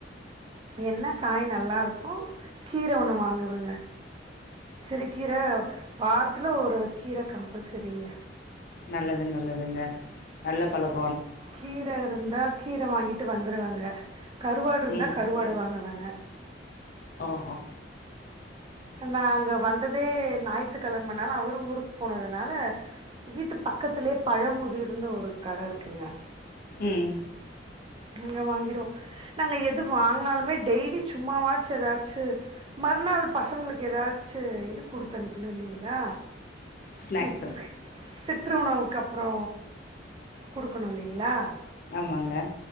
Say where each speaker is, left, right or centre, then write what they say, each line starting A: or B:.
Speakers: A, on the right; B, on the left.
A: என்ன காய் நல்லா இருக்கு கீர ஒண்ணு வாங்குவங்க சிறு கீர வாரத்துல ஒரு கீர கம்பல்செரிங்க
B: நல்லது நல்லதுங்க நல்ல பலக்
A: கீர இருந்தா கீர வாங்கிட்டு வந்துருவங்க கருவாடு இருந்தா
B: ம்
A: கருவாடு வாங்குவே ஆ
B: ஓஹோ
A: நா அங்க வந்ததே ஞாயித்துக்கெலமனால அவரு ஊருக் போனதுனால வீட்டு பக்கத்துலயே பழமுதிர்னு ஒரு கட இருக்குங்க
B: ம்
A: அங்க வாங்கிறோ நாங்க எது வாங்குனாலுமே டெய்லி சும்மாவாச்சு எதாச்சு மறுநாள் பசங்குளுக்கு எதாச்சு இது குடுத்தனுப்பனு இல்லிங்களா
B: ஸ்நாக்ஸு
A: <unintelligible> <unintelligible> உணவுக்கு அப்றோ குடுக்குணு இல்லிங்ளா
B: ஆமாங்க